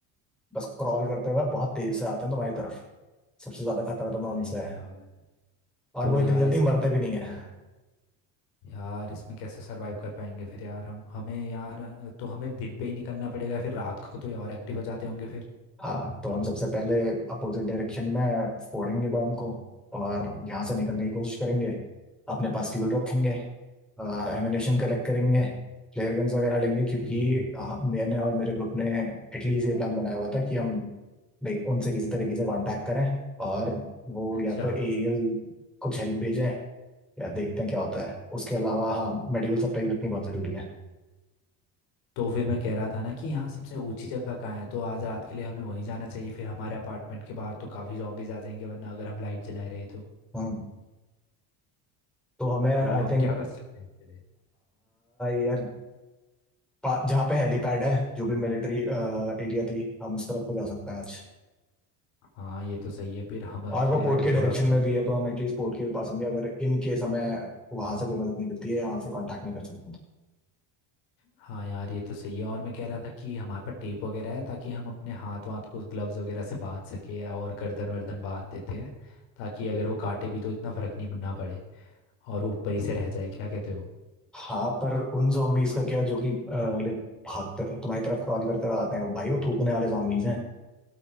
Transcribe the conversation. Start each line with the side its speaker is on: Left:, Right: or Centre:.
Centre: बस क्रॉल करते हुए बहुत तेज से आते हैं तुम्हारी तरफ सबसे ज्यादा खतरा तुम्हें
Left: अरे
Centre: उनसे
Left: यार
Centre: है और
Left: तो
Centre: वो इतनी
Left: यार
Centre: जल्दी
Left: इसकी
Centre: मरते
Left: इसमें
Centre: भी नहीं है
Left: यार इसमें कैसे सरवाइव कर पाएंगे फिर यार हम हमें यार अ, तो हमें दिन पे ही निकलना पड़ेगा फिर रात को तो ये और एक्टिव हो जाते होंगे फिर
Centre: हाँ तो हम सबसे पहले अपोजिट डायरेक्शन में फोड़ेंगे बॉम्ब को और यहाँ से निकलने की कोशिश करेंगे अपने पास फ्यूल रखेंगे एमिनेशन कलेक्ट करेंगे फ्लेयर गन्स वगैरह लेंगे क्योंकि
Left: ठीक है
Centre: अ, मैंने और मेरे ग्रुप ने इटली से प्लान बनाया हुआ था कि हम लाइक उनसे किसी तरीके से कांटेक्ट करें और वो
Left: अच्छा
Centre: या तो एरियल कुछ हेल्प भेजें या देखते हैं क्या होता है उसके अलावा हाँ मेडिकल सप्लाई रखनी बहुत ज़रूरी है
Left: तो फिर मैं कह रहा था ना कि यहाँ सबसे ऊंची जगह कहाँ है तो आज रात के लिए हमें वहीं जाना चाहिए फिर हमारे अपार्टमेंट के बाहर तो काफ़ी जॉम्बीज आ जाएंगे वरना अगर हम लाइट जलाए रहे तो
Centre: हम्म तो हमें आई
Left: तो हम
Centre: थिंक
Left: क्या कर सकते हैं इसके लिए
Centre: यार पा- जहाँ पे हेलीपैड है जो भी मिलिट्री एरिया थी हम उस तरफ को जा सकते हैं आज
Left: हाँ ये तो सही है फिर हमारे
Centre: और
Left: के
Centre: वो
Left: लिए
Centre: पोर्ट
Left: हम
Centre: के डायरेक्शन
Left: थोड़ा फ्यू-
Centre: में भी है तो हम एटलीस्ट पोर्ट के भी पास होंगे अगर इन केस हमें वहां से कोई मदद नहीं मिलती है यहाँ से कांटेक्ट नहीं कर सकते हैं तो।
Left: हाँ यार ये तो सही है और मैं कह रहा था कि हमारे पास टेप वगैरह है ताकि हम अपने हाथ वाथ को ग्लव्स वगैरह से बांध सके और गर्दन वर्दन बांध देते हैं ताकि अगर वो काटे भी तो इतना फर्क नहीं ना पड़े और वो ऊपर ही से रह जाए क्या कहते हो
Centre: हाँ पर उन zombies का क्या जो कि लाइक भागते तुम्हारी तरफ क्रॉल करते हुए आते हैं भाई वो थूकने वाले zombies हैं